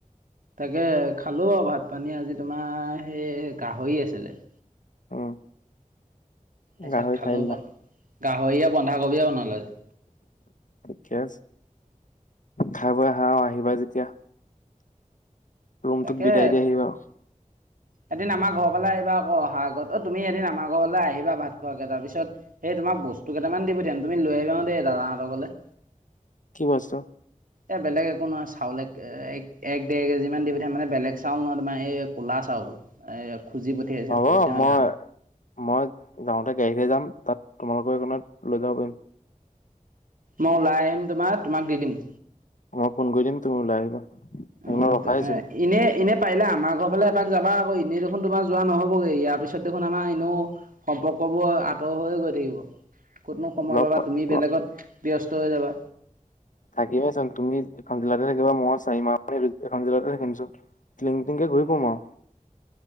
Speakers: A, on the right (about 80°); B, on the left (about 65°).
A: তাকে খালোঁ আৰু ভাত-পানী আজি তোমাৰ, সেই গাহৰি আছিলে।
B: উম
A: তাৰপিছত
B: গাহৰি
A: খালোঁ
B: খাই দিলা
A: বাৰু, গাহৰিয়ে বন্ধাকবিয়ে বনালে আজি।
B: ঠিকে আছে। খাই বৈ আহা আৰু আহিবা যেতিয়া। ৰুমটোক
A: তাকে।
B: বিদায় দি আহিবা <inaudible>
A: এদিন আমাৰ ঘৰ ফালে আহিবা আকৌ, অহা আগত অ, তুমি এদিন আমাৰ ঘৰলৈ আহিবা ভাত খোৱাকে তাৰপিছত এই তোমাক বস্তু কেইটামান দি পঠিয়াম, তুমি লৈ আহিব দেই দাদাহঁতৰ ঘৰলে।
B: কি বস্তু?
A: এই বেলেগ একো নহয়, চাউল এক, এক ডেৰ কেজিমান দি পঠিয়াম, মানে বেলেগ চাউল নহয় তোমাৰ এই ক'লা চাউল। এ, খুজি পঠিয়াইছে
B: হ'ব
A: কৈছে মানে
B: মই মই যাওঁতে গাড়ীতে যাম, তাত তোমালোকৰ সেইকণত লৈ যাব পাৰিম।
A: মই ওলাই আহিম তোমাৰ, তোমাক দি দিম।
B: মই ফোন কৰি দিম, তুমি ওলাই আহিবা। সেইকণত
A: অ'
B: ৰখাইচোন
A: ইনেই এনে পাৰিলে আমাৰ ঘৰৰ ফালে এপাক যাবা আকৌ এনেই দেখোন তোমাৰ যোৱা নহ'বগৈ ইয়াৰ পিছত দেখোন আমাৰ এনেও সম্পৰ্কবোৰ আঁতৰ হৈয়ে গৈ থাকিব। ক'তনো সময়
B: লগ
A: পাবা
B: পোৱা
A: তুমি বেলেগত ব্যস্ত হৈ যাবা।
B: থাকিবচোন তুমি এখন জিলাতে থাকিবা মই চাৰি মাহ এখন জিলাতে থাকিম চোন। লিংটিং কে ঘূৰি পম আৰু।